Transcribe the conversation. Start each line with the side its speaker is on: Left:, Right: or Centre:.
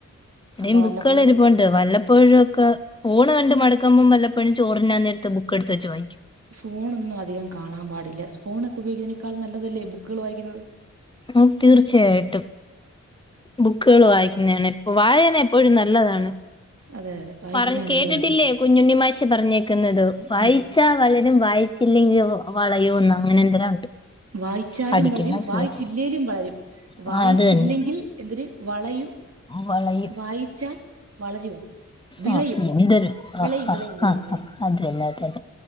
Left: ഇവിടെയും
Right: എന്താ വല്ലപ്പോഴും
Left: ബുക്കുകൾ ഇരുപുണ്ട്. ഇണ്ട് വല്ലപ്പോഴും ഒക്കെ ഫോണ് കണ്ട് മടക്കുമ്പം വല്ലപ്പഴും ചോറ് തിന്നാൻ നേരത്ത് ബുക്ക് എടുത്ത് വെച്ച് വായിക്കും.
Right: ഫോണൊന്നും അധികം കാണാൻ പാടില്ല ഫോൺ ഒക്കെ ഉപയോഗിക്കുന്നതിനേക്കാൾ നല്ലതല്ലേ ബുക്കുകൾ വായിക്കുന്നത്.
Left: ഉം തീർച്ചയായിട്ടും. ബുക്കുകൾ വായിക്കുന്നതാണ് ഇപ്പ വായന എപ്പോഴും നല്ലതാണ്.
Right: അതെ അതെ. വായിക്കുന്നതാണ്
Left: പറ കേട്ടിട്ടില്ലേ
Right: ഏറ്റവും നല്ലത്
Left: കുഞ്ഞുണ്ണിമാശ് പറഞ്ഞേക്കുന്നത് വായിച്ചാ
Right: ഉം
Left: വളരും വായി ചില്ലെങ്കിൽ വളയോ ഒന്നും അങ്ങനെ എന്തെരാ ഉണ്ട്.
Right: വായിച്ചാലും
Left: പഠിക്കുന്ന
Right: വളരും വായിച്ചില്ലെലും
Left: പിള്ളേർ
Right: വളരും വായിച്ചില്ലെങ്കിൽ
Left: ആ അത് തന്നെ
Right: എന്തര് വളയും.
Left: വളയും
Right: വായിച്ചാൽ വളരോ. വിളയും
Left: ആഹ് എന്തോരു
Right: വിളയും
Left: ആഹ് ആഹ്
Right: വിളയും വിളയും
Left: ആ
Right: വിളയും
Left: ഹ് ആഹ് അതന്നേ അതന്നേ